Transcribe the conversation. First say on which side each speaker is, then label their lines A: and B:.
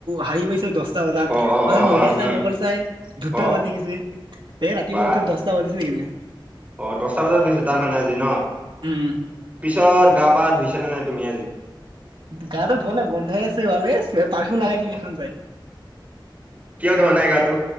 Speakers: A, on the right; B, on the right.
A: হাৰি পাইছো দহটা তাতত,
B: অ অ অ
A: মোবাইল
B: অ
A: চাই,
B: উম
A: মবাইল চাই, দুটা
B: অ
A: বাজি গৈছে। এ, ৰাতিপুৱা
B: বা
A: উঠোঁতে দহটা বাজিছে কিনে
B: অ দহটা বজাত উঠিছে তাৰমানে আজি ন
A: উম
B: পিছত গা-পা ধুইছ নাই তুমি আজি
A: গাটো ধুব লে গন্ধই আছে ভালে পফিউম লাই দিম এখন যাই
B: কিয় ধৰাণাই গাটো।